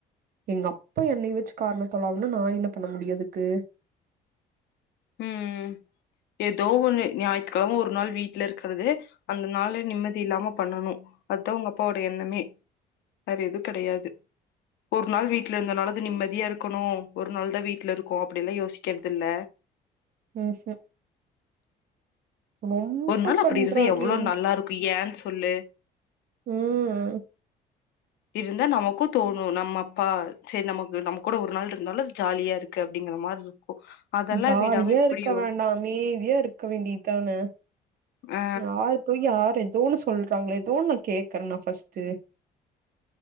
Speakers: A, on the right (about 60°); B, on the left (about 80°).
A: எங்க அப்பா என்னய வச்சு கார்னர் பண்ணாங்கனா நா என்ன பண்ண முடியும் அதுக்கு
B: ம் ஏதோ ஒண்ணு ஞாயித்து கிழம ஒரு நாள் வீட்ல இருக்குறது அந்த நாளே நிம்மதி இல்லாம பண்ணணு அதா உங்க அப்பாவோட எண்ணமே வேற எது கிடையாது ஒரு நாள் வீட்ல இருந்தனாலது நிம்மதியா இருக்கணு ஒரு நாள் தா வீட்ல இருக்கோ அப்டின்னுல்லா யோசிக்கிறது இல்ல
A: ம்ம் ரொம்ப
B: ஒரு நாள் அப்டி
A: பண்றாரு
B: இருந்தா எவ்ளோ நல்லா இருக்கு ஏன் சொல்லு
A: ம்
B: இருந்தா நமக்கும் தோணு நம்ம அப்பா சேரி நமக்கு நம்ம கூட ஒரு நாள் இருந்தாலு அது ஜாலியா இருக் க்கு அப்டிங்கற மாரி இருக்கும் அதல்லா
A: ஜாலியா
B: விடாம இப்டியோ
A: இருக்க வேண்டா அமைதியா இருக்க வேண்டியதான
B: ஆ
A: யாரு போய் யாரு ஏதோ ஒன்னு சொல்றாங்கள ஏதோன்ன கேக்குறன்னா ஃபர்ஸ்ட்டு